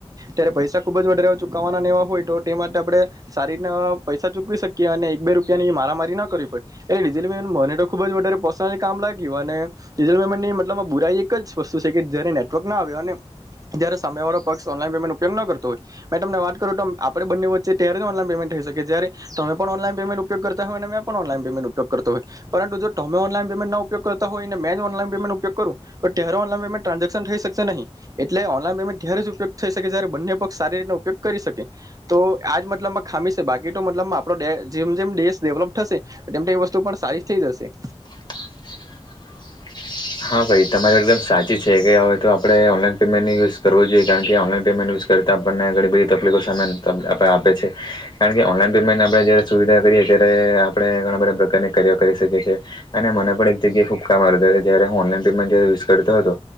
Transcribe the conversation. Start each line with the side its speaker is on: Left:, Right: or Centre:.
Right: ત્યારે પૈસા ખુબ જ વધારે ચુકવ વા હોય તો તે માટે આપણે સારી રીતના પૈસા ચૂકવી શકીએ અને એક બે રૂપિયાની મારામારી ના કરવી પડે એ ડીઝલ મેન મને તો ખુબ જ વધારે પર્સનલ કામ લાગ્યું અને ડીઝલ મેનની મતલબ બુરાઈ એક એક જ વસ્તુ છેકે જયારે નેટવર્કના આવે અને જ્યારે સામેવાળો પક્ષ ઓનલાઈન પેમેન્ટ ઉપયોગ ન કરતો હોય મેં તમને વાત કરું તો આપણે બંને વચ્ચે ત્યારે ઓનલાઈન પેમેન્ટ થય શકે જ્યારે તમે પણ ઓનલાઈન પમેન્ટ ઉપયોગ કરતા હોય અને મેં પણ ઓનલાઇન પમેન્ટ ઉપયોગ કરતા હોય પરંતુ જો તમે ઓનલાઇન ઉપયોગ કરતા હોયને મે ઉપયોગ કરું. તો ત્યારે ઓનલાઈન પમેન્ટ ટાન્ઝેક્શન થય શકશે નહી એટલે ઓનલાઇન પેમેન્ટ ત્યારે જ ઉપયોગ થય શકે જયારે બંને પક્ષ સારી રીત ઉપયોગ કરી શકે તો આ જ મતલબમાં ખામી છે બાકી તો મતલબમાં આપણો જેમ જેમ દેશ ડેવલપ થશે. એમ તો એ વસ્તુ પણ સારી થેય જશે.
Left: <unintelligible> હા, ભાઈ તમારી એકદમ સાચી છેકે હવે તો આપણે ઓનલાઈન પેમેન્ટ યુઝ કરવો જોએ કારણ કે ઓનલાઈન પેમેન્ટ યુઝ કરતા આપણને ઘણી બધી તકલીફો સામે આપડે આપે છે કારણ કે ઓનલાઈન પેમેન્ટને આપણે જારે સુવિધા કરીએ ત્યારે આપણે ઘણા બધા પ્રકારની કરી શકે છે અને મને પણ એક જગ્યાએ ખુબ કામ આવ જયારે હું ઓનલાઈન પેમેન્ટ કરતો હતો